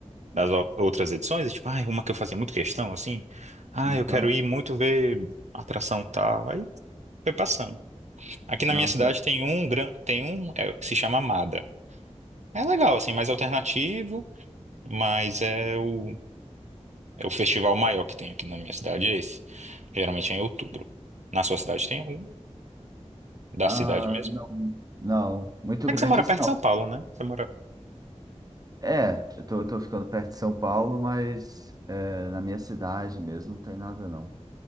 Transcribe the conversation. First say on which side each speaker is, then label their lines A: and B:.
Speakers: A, on the right; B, on the right.
A: das o- outras edições. e Tipo, ah, uma que eu fazia muito questão, assim. Ah,
B: Então,
A: eu quero ir muito ver atração tal. Aí foi passando. Aqui na
B: nossa,
A: minha cidade tem um, gran- tem um, é, se chama Amada. É legal, assim, mais alternativo, mas é o É o festival maior que tem aqui na minha cidade, é esse. Geralmente é em outubro. Na sua cidade tem algum? Da
B: ah,
A: cidade mesmo?
B: não, não, muito
A: É
B: grande
A: que você mora
B: isso
A: perto
B: não.
A: de São Paulo, né? Você mora.
B: É, eu tô, eu tô ficando perto de São Paulo, mas é, na minha cidade mesmo não tem nada não.